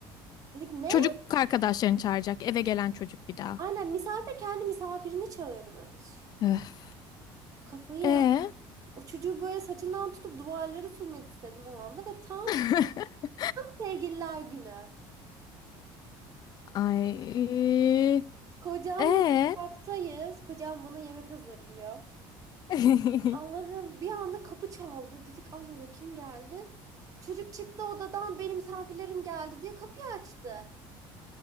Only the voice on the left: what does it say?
Çocuk arkadaşlarını çağıracak, eve gelen çocuk bir daha.
Öf.
E.
<laughs>
Ay.
E.
<laughs>